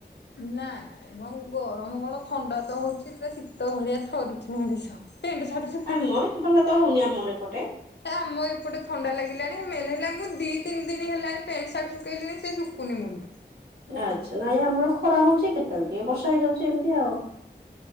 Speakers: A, on the left; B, on the right.
A: ନା ଗରମ କଣ ଥଣ୍ଡା ତ ହଉଛି ପୁରା ଶୀତ ଭଳିଆ ଥରୁଛି ମଣିଷ। ପେଣ୍ଟ ସାର୍ଟ ଶୁଖୁନି।
B: କାଇଁ ମ ଏତେ ଥଣ୍ଡା ତ ହଉନି ଆମର ଏପଟେ।
A: ଆମର ଏପଟେ ଥଣ୍ଡା ଲାଗିଲାଣି ମେନ୍ ହେଲା ମୁଁ ଦି ତିନି ଦିନ ହେଲାଣି ପ୍ୟାଣ୍ଟ ସାର୍ଟ ଶୁଖେଇଲିଣି ସେ ଶୁଖୁନି ମୁଳୁରୁ।
B: ଆଚ୍ଛା ନାଇଁ ଆମର ଖରା ହଉଛି କେତେବେଳେ ଟିକେ ବର୍ଷା ହେଇଯାଉଛି ଏମିତି ଆଉ।